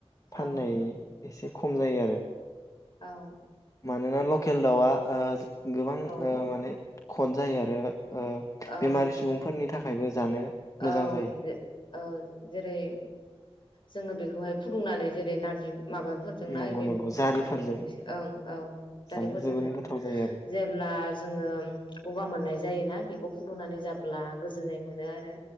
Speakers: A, on the left; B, on the left.
A: फाननाय
B: औ
A: एसे। खम जायो आरो।
B: औ
A: मानोना लकेल दाउआ ओ। गोबां
B: औ
A: ओ माने खद जायो आरो ओ
B: औ
A: बेमारि सुबुंफोरनि थाखाय थाखायबो जानो
B: औ
A: मोजां जायो।
B: जे औ जेरै जोङो बेखौहाय फुदुंनानै जेरै नारजि माबाफोरजोंनाय
A: नंगौ
B: बे
A: नंगौ जारिफोरजों
B: औ ओं औ दारिफोरजोंहाय
A: जानो जोबोरैनो गोथाव जायो आरो
B: जेब्ला जोङो गगा मोननाय जायोना बेखौ फुदुंनानै जाब्ला गोजोननाय मोनो आरो